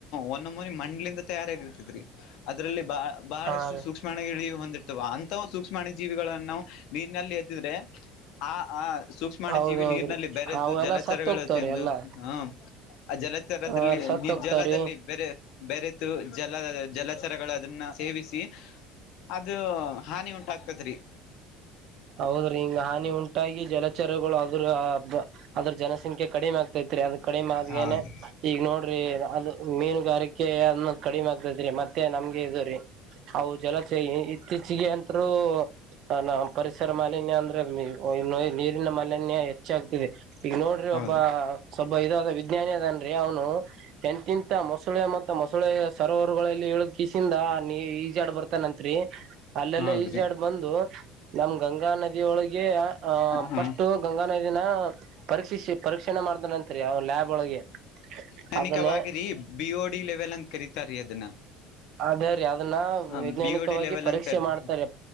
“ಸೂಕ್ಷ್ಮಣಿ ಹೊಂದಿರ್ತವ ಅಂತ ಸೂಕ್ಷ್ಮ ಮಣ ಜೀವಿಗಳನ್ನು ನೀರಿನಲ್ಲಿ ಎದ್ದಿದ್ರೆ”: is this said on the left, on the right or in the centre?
Left